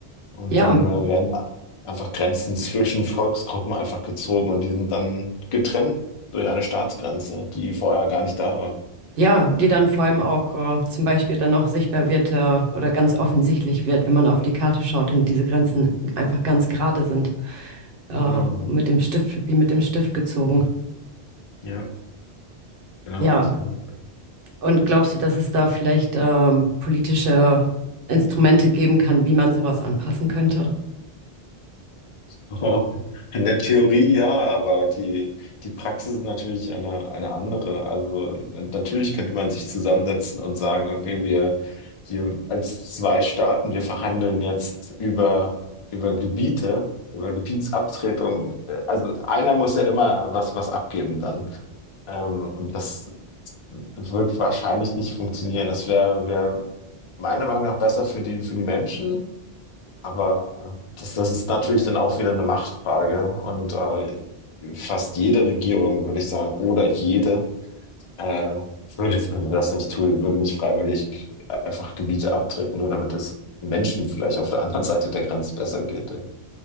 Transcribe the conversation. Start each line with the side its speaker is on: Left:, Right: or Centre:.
Left: Und
Right: Ja,
Left: dann äh, werden a- einfach Grenzen zwischen Volksgruppen einfach gezogen und die sind dann getrennt durch eine Staatsgrenze, die vorher gar nicht da war.
Right: ja, die dann vor allem auch äh, zum Beispiel dann auch sichtbar wird äh, oder ganz offensichtlich wird, wenn man auf die Karte schaut und diese Grenzen einfach ganz gerade sind, äh,
Left: Genau.
Right: mit dem Stift, wie mit dem Stift gezogen.
Left: Ja, genau.
Right: Ja,
Left: Also.
Right: und glaubst du, dass es da vielleicht ähm, politische Instrumente geben kann, wie man sowas anpassen könnte?
Left: <laughs> Oh, in der Theorie ja, aber die, die Praxis ist natürlich eine, eine andere. Also na- natürlich könnte man sich zusammensetzen und sagen, okay, wir, wir als zwei Staaten, wir verhandeln jetzt über, über Gebiete, über Gebietsabtretung. Äh, Also einer muss ja immer was, was abgeben dann. Ähm, und das wird wahrscheinlich nicht funktionieren. Das wäre wär wär meiner Meinung nach besser für die, für die Menschen. Aber das, das ist natürlich dann auch wieder eine Machtfrage und äh, fast jede Regierung, würde ich sagen, oder jede, äh, würde, würde das nicht tun, würde nicht freiwillig einfach Gebiete abtreten, nur damit es Menschen vielleicht auf der anderen <laughs> Seite der Grenze besser geht. Ja.